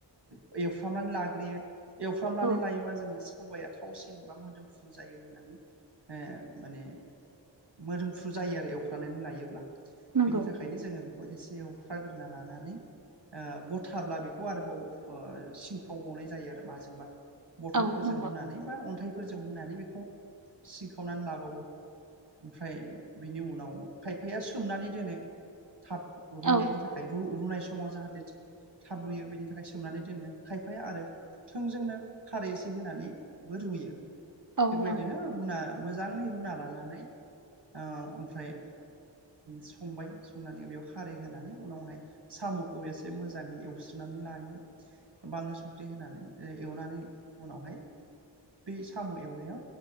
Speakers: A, on the right (about 65°); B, on the right (about 45°).
A: ओ एवफ्रामनानै लाग्रोयो एवफ्रामनानै
B: औ
A: लायोबा जोङो सबाइया थावसिन बा मोदोमफ्रु जायो होननानै ओ माने मोदोमफ्रु- जायो आरो एवफ्रनानै लायोब्ला
B: नंगौ
A: बेनि थाखायनो जोङो बेखौ एसे एव- ख <unintelligible> खाग्रोना <unintelligible> लानानै ओ गथाब्ला बेखौ आरोबाव सिंखावबावनाय जायो आरो माजोंबा बथलफोरजों
B: औ नंगौ
A: हुनानै बा अनथाइफोरजों हुनानै सिंखावनानै लाबावो ओमफ्राय बिनि उनाव खायफाया सोमनानै दोनो थाब रुइनायनि
B: औ
A: थाखाय रुनाय समाव जाहाथे थाब रुयो बेनि थाखाय सोमनानै दोनो खायफाया आरो थोंजोंनो खारै एसे होनानैबो रुयो थिगबायदिनो
B: नंगौ
A: रूना मोजाङै रुना लानानै ओ ओमफ्राय संबाय संनानै बेयाव खारै होनानै उनावहाय साम'खौ एसे मोजाङै एवस्रोनानै लायो बानलु संख्रि होनानै ओ एवनानै उनावहाय बै साम' एवनायाव